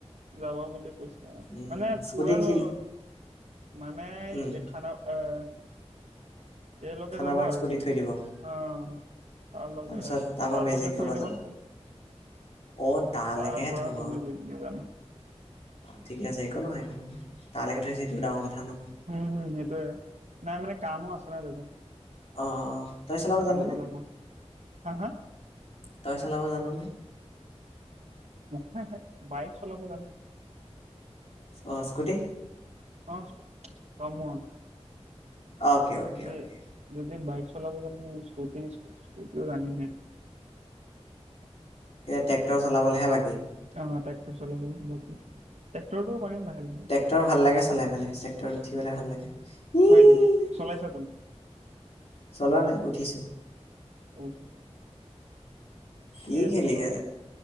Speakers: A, on the right; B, on the left.
A: যাব বুলি। কৈছে
B: উম
A: মানে
B: স্কুটি
A: পোৰা
B: কি
A: ন মানে
B: উম
A: খানা আহ। এ লৈকে
B: খানাপাৰাত
A: যাব আৰু
B: স্কুটি থৈ দিব
A: অহ তাৰ লগে
B: তাৰপিছত
A: এ
B: তাৰপৰা
A: তাৰ
B: মেজিক
A: লগে
B: কাবা
A: থুই দিব
B: যাব
A: অহ
B: অ তালৈকেহে
A: তাৰ পৰা
B: থব
A: তুমি ভেন্দি দি যাম
B: ঠিকে আছে। একো নহয় - একো নহয় তালৈকে থৈছে এইটো ডাঙৰ কথা ন।
A: উম, হম, সেইটোয়ে নাই মানে কামো আছিল ন তেটো।
B: অ - অ। তই চলাব
A: কামত
B: জাননে
A: হা - হা।
B: তই চলাব জানো।
A: হয় - হয় বাইক চলাব জানো।
B: অ স্কুটি।
A: অ, scooty come on.
B: Okay okay
A: যদি
B: অকে
A: যদি বাইক চলাব জানে স্কুটি সটি জানমে।
B: এয়া ট্ৰেক্টৰ চললৈহে বাকী।
A: অহ, ট্ৰেক্টৰ চলাব লাগিব ট্ৰেক্টৰটো পাৰিম লাহে লাহে
B: টেক্টৰ ভাল লাগে চলাই পেলাই টেক্টৰ উঠি পেলাই ভাল লাগে উম।
A: হয় নেকি চলাইছা তুমি
B: তলা নাই উঠিছো।
A: অ, ঠিক আছে।
B: কি
A: এইটো
B: খেলি
A: চোৱা
B: এ